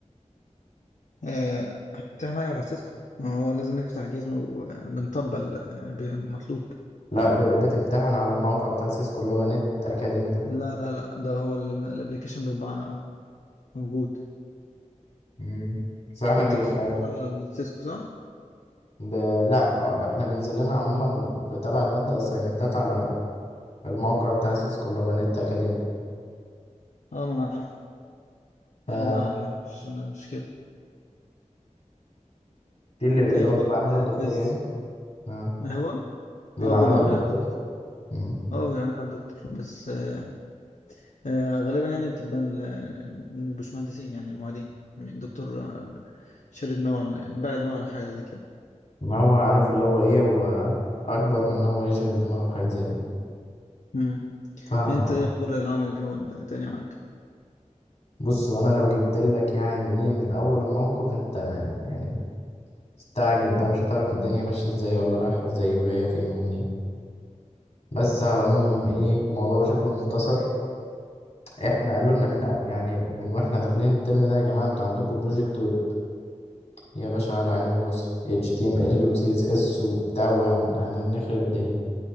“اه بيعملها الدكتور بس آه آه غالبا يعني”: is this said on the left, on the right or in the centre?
Left